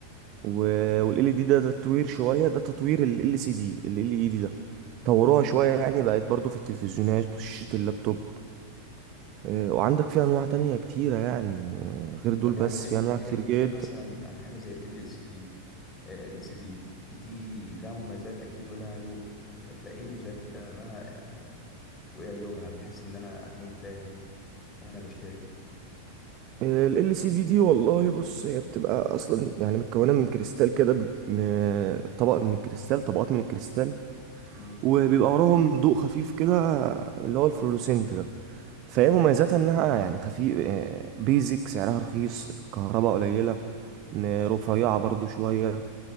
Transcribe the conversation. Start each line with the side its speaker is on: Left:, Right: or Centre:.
Right: وال ال دي ده, ده تطوير شويه ده تطوير ال ال سي دي ال ال اي دي ده
Left: مم.
Right: طوروها شويه يعني بقت برضو في التلفزيونات وشاشه اللابتوب إيه وعندك في انواع تانية كتيره يعني آه، غير دول
Left: طب
Right: بس
Left: يعني ليه,
Right: في انواع
Left: ليه
Right: كتير جدا
Left: ايه مثلا يعني حاجة زي ال سي دي ال سي دي دي لها مميزات اكيد ولها عيوب ف- فايه مميزات ما آه، وايه عيوبها بحيث ان انا اكون فاهم وانا بشتري
Right: آه، ال ال سي دي دي والله بص هي بتبقى اصلا يعني متكونه من كريستال كده ب- م- طبق من الكريستال طبقات من الكريستال
Left: مم.
Right: وبيبقى وراهم ضوء خفيف كده اللي هو الفلوروسنت ده فهي
Left: مم.
Right: مميزاتها انها يعني خفيف بيزك سعرها رخيص كهرباء قليلة ن- رفيعة برضو شوية